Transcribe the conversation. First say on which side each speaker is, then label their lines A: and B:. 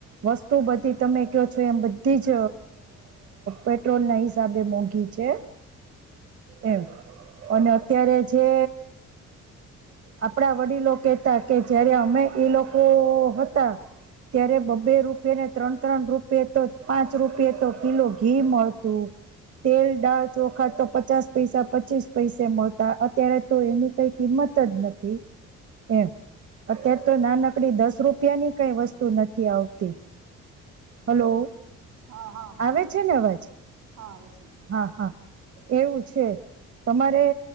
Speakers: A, on the right; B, on the right.
A: વસ્તુ બધી તમે કયો છો એમ બધી જ પેટ્રોલના હિસાબે મોંઘ ઘી છે. એમ અને અત્યારે જે આપણા વડીલો કેતા કે જયારે અમે એ લોકો હતા. ત્યારે બ્બે રૂપિયા ને ત્રણ ત્રણ રૂપિયે તો પાંચ રૂપિયે તો કિલો ઘી મળતું તેલ, દાળ, ચોખા તો પચાસ પૈસા પચીસ પૈસે મળતા અત્યારે તો એની કઈ કિંમત જ નથી એમ અત્યારે તો નાનકડી દસ રૂપિયાની કઈ વસ્તુ નથી આવતી.
B: હમ
A: હલો
B: હા હા હા
A: આવે છે ને અવાજ
B: હા આવે. છે
A: હા હા. એવું છે. તમારે